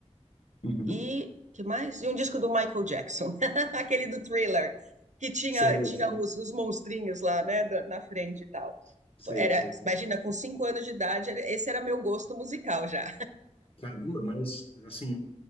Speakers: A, on the left; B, on the right.
A: Uhum.
B: e que mais? E um disco do Michael Jackson, <laughs> aquele do Thriller, que tinha,
A: Sei,
B: tinha
A: sim.
B: os, os monstrinhos lá, né, da- na frente e tal.
A: Sei,
B: Foi- Era,
A: sei, sim.
B: imagina, com cinco anos de idade, era- esse era meu gosto musical já.
A: Caramba, mas assim,